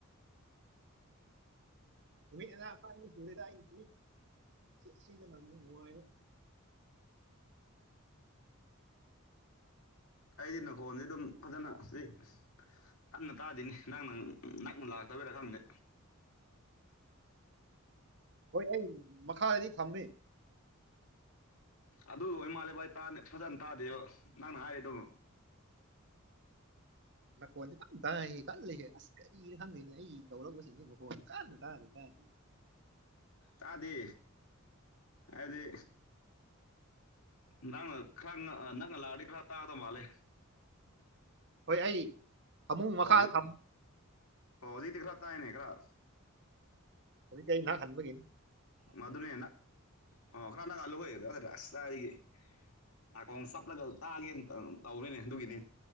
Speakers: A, on the right; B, on the left.
A: ꯁꯗ ꯍꯥꯏ ꯁꯤꯗ ꯅꯨꯡꯉꯥꯏꯅ
B: ꯑꯩꯗꯤ ꯅꯅꯥꯈꯣꯟꯗꯤ ꯑꯗꯨꯝ ꯐꯖꯅ ꯍꯧꯖꯤꯛ ꯀꯟꯅ ꯇꯥꯗꯤꯅꯤ ꯅꯪ ꯅꯪ ꯅꯪꯅ ꯂꯥꯛꯇꯕꯔꯥ ꯈꯪꯗꯦ
A: ꯍꯣꯏ ꯑꯩ ꯃꯈꯥꯗꯗꯤ ꯊꯝꯃꯤ
B: ꯑꯗꯨꯒ ꯑꯣꯏꯅ ꯃꯥꯜꯂꯦ ꯚꯥꯏ ꯇꯥ ꯐꯖꯅ ꯇꯥꯗꯦꯕ ꯅꯪꯅ ꯍꯥꯏꯔꯦꯗꯕꯅꯣ
A: ꯃꯈꯣꯟꯗꯤ ꯀꯟꯅ ꯇꯥꯏꯌꯦ ꯈꯜꯜꯂꯤꯁꯦ ꯑꯁ ꯀꯔꯤꯅꯣ ꯈꯪꯗꯦꯅꯦ ꯑꯩ ꯂꯧꯧꯔꯛꯎꯁꯤꯅꯦ ꯃꯈꯣꯟ ꯀꯟꯅ ꯇꯥꯔꯤ ꯇꯥꯔꯤ
B: ꯇꯥꯗꯤ ꯍꯥꯏꯕꯗꯤ ꯅꯪꯅ ꯈꯔ ꯅꯪꯅ ꯂꯥꯛꯑꯗꯤ ꯈꯔ ꯇꯥꯗꯕ ꯃꯥꯜꯂꯦ
A: ꯍꯣꯏ ꯑꯩ ꯐꯃꯨꯡ ꯃꯈꯥꯗ
B: ꯑꯣꯖꯤ
A: ꯊꯝ
B: ꯑꯣꯖꯤꯗꯤ ꯈꯂ ꯇꯑꯅꯦ ꯈꯔ
A: ꯀ ꯀꯩ ꯅꯥ ꯈꯥꯟꯕꯒꯦꯅꯤ
B: ꯃꯗꯨꯅꯦ ꯅ ꯑꯣ ꯈꯔ ꯅꯅꯥꯀ ꯂꯧ ꯍꯒꯦꯗ ꯍꯥꯏꯇꯥꯔꯦ ꯑꯁ ꯇꯒꯤ ꯅꯥꯀꯣꯡ ꯆꯞꯂꯒ ꯇꯥꯒꯦꯅ ꯇꯧꯔꯤꯅꯦ ꯑꯗꯨꯒꯤꯅꯤ